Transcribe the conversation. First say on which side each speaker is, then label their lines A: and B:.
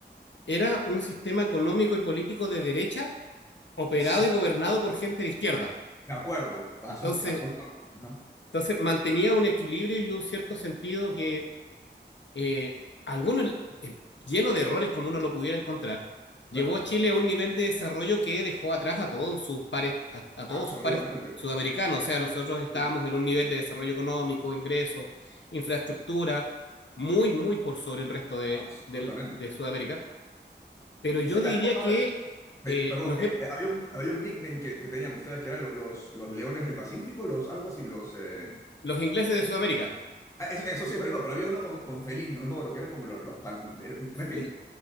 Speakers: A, on the left (about 75°); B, on the left (about 15°).
A: era un sistema económico y político de derecha operado
B: Sí.
A: y gobernado por gente de izquierda.
B: De acuerdo, aso-
A: Entonces,
B: absolutamente. Ajá,
A: entonces mantenía un equilibrio y un cierto sentido que eh, algunos eh, lleno de errores como uno lo pudiera encontrar,
B: claro,
A: llevó a Chile a un nivel de desarrollo que dejó atrás a todos sus pares, a, a
B: absolutamente.
A: todos sus pares sudamericanos. O sea, nosotros estábamos
B: sí,
A: en un nivel de desarrollo económico, ingresos, infraestructura, muy, muy por sobre el resto de,
B: Absolutamente.
A: de, de Sudamérica. Pero yo
B: Esa es
A: diría
B: la época,
A: que
B: pe-
A: eh,
B: perdón,
A: nos,
B: eh, eh, había un, había un nickname que, que tenían ustedes que eran lo- los, los leones del Pacífico, los, algo así, los... eh,
A: los ingleses de Sudamérica,
B: Ah, es- Eso sí, pero no, pero había uno con, con felino, no me acuerdo, que eran como los, los pan... er, En fin,
A: el,